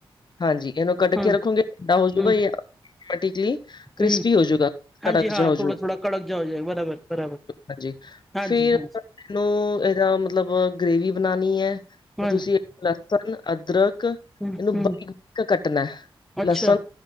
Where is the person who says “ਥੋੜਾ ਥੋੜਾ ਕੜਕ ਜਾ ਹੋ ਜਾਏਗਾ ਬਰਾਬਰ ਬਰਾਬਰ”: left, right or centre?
Centre